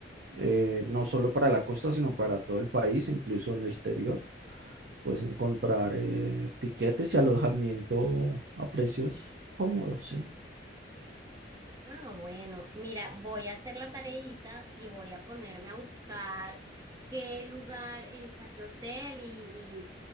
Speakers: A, on the right (about 65°); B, on the right (about 20°).
A: eh, no solo para la costa, sino para todo el país, incluso en el exterior. puedes encontrar eh, tiquetes y alojamiento a precios cómodos, sí.
B: Ah, bueno, mira, voy a hacer la tareita y voy a ponerme a buscar qué lugar, es a qué hotel y,